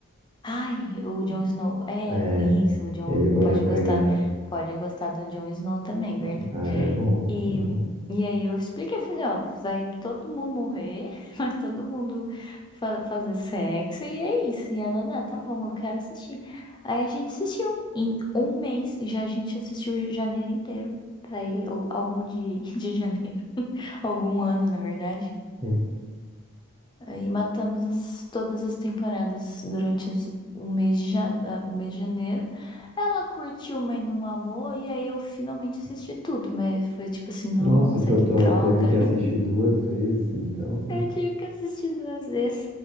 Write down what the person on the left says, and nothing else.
Ai, o Jon
Snow. É,
isso, o Jon
pode
gostar. Pode gostar do Jon Snow também, verdade?
E,
e aí eu expliquei, eu falei, ó, vai todo mundo morrer, <laughs> vai todo mundo fa- fazer sexo, e é isso. E ela, não, tá bom, eu quero assistir. Aí a gente assistiu em um mês, já a gente assistiu janeiro inteiro. Tá aí, al- algum dia aí <laughs> de janeiro. Algum ano, na verdade.
Aí matamos as- todas as temporadas durante as- o mês de jane- ah, o mês de janeiro. Ela curtiu, mas não amou, e aí eu finalmente assisti tudo, mas foi tipo assim, nossa,
que
droga.
<laughs>
Eu tive que assistir duas vezes.